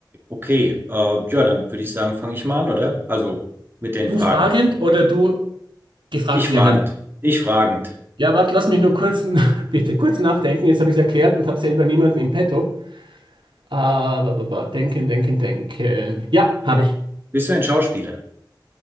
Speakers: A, on the right; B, on the right.
A: Okay, äh, ja, dann würde ich sagen, fange ich mal an, oder? Also mit den
B: Du
A: Fragen.
B: fragend oder du gefragt
A: Ich fragend,
B: werden?
A: ich fragend.
B: Ja, warte, lass mich nur kurz, <laughs> bitte kurz nachdenken. Jetzt habe ich es erklärt und habe selber niemanden im Petto. Aber, aber, aber, denken, denken, denken. Ja, habe ich.
A: Bist du ein Schauspieler?